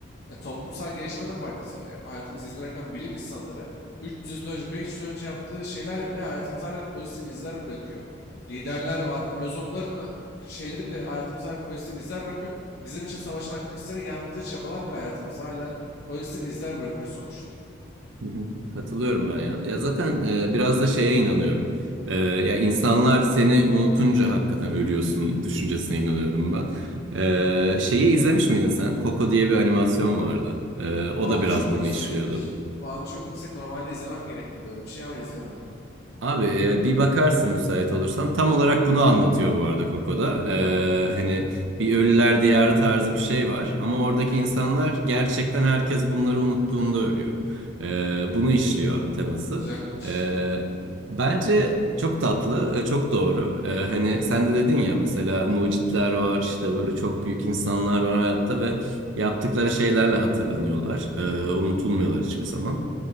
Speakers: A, on the left (about 55°); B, on the right (about 75°).
A: e, toplumsal gelişime de faydası var. Yani hayatımızı iz bırakan bilim insanları 300 yıl önce, 500 yıl önce yaptığı şeylerle bile hayatımıza hala pozitif izler bırakıyor. Liderler var, filozofların şeyleri bile hayatımıza hala pozitif izler bırakıyor. Bizim için savaşan aktivistlerin yaptığı çabalar bile hayatımıza hala pozitif izler bırakıyor sonuçta.
B: hı hı. Katılıyorum ben ya. Ya zaten e, biraz da şeye inanıyorum. E, ya insanlar seni unutunca hakikaten ölüyorsun düşüncesine inanıyorum ben. E, şeyi izlemiş miydin sen? Coco diye bir animasyon vardı. E, o
A: Puanı
B: da biraz
A: çok
B: bunu
A: yüksek.
B: işliyordu.
A: Puanı çok yüksek. Normalde izlemem gerekirdi öyle bir şey ama izlemedim.
B: Abi e, bir bakarsın müsait olursan. Tam olarak bunu anlatıyor bu arada Koko'da. Ee, hani bir ölüler diyarı tarzı bir şey var. Ama oradaki
A: Evet.
B: insanlar gerçekten herkes bunları unuttuğunda ölüyor. Ee, bunu işliyor teması.
A: Güzelmiş.
B: Ee, bence çok tatlı, e, çok doğru. Ee, hani sen de dedin ya mesela mucitler var işte böyle çok büyük insanlar var hayatta ve yaptıkları şeylerle hatırlanıyorlar. Ee, unutulmuyorlar hiçbir zaman.